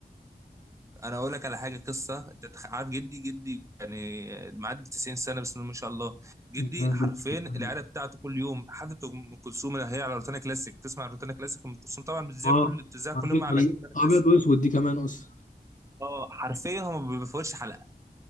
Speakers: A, on the right; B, on the left.
A: انا اقول لك على حاجه قصه انت تخ- عارف جدي جدي يعني معدي 90 سنه بس ما شاء الله جدي
B: <laughs>
A: حرفيا العيله بتاعته كل يوم حفله ام كلثوم اللي هي على روتانا كلاسيك تسمع روتانا كلاسيك ام كلثوم طبعا بتذيع
B: اه
A: كل بتذيع كل
B: عندك
A: يوم على
B: ال-
A: روتانا
B: ابيض
A: كلاسيك
B: واسود دي كمان اصلا
A: اه حرفيا هم ما بيفوتش حلقه